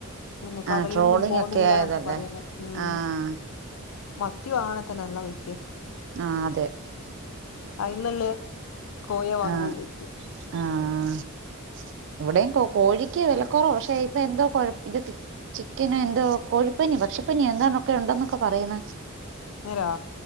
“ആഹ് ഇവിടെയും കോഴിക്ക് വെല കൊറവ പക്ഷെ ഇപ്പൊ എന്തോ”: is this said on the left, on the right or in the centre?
Right